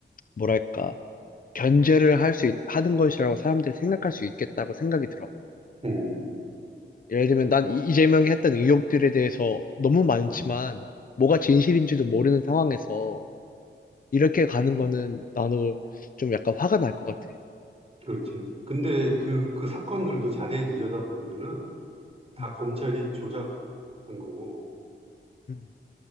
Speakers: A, on the left (about 45°); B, on the right (about 30°).
A: 뭐랄까, 견제를 할 수, 하는 것이라고 사람들이 생각할 수 있겠다고 생각이 들어.
B: 음.
A: 예를 들면 난 이- 이재명이 했던 의혹들에 대해서 너무 많지만 뭐가 진실인지도 모르는 상황에서 이렇게 가는 거는 나도 좀 약간 화가 날 것 같아.
B: 그렇지. 근데 그, 그 사건들도 자세히 들여다보면은 다
A: 음,
B: 검찰이 조작한 거고,
A: 음,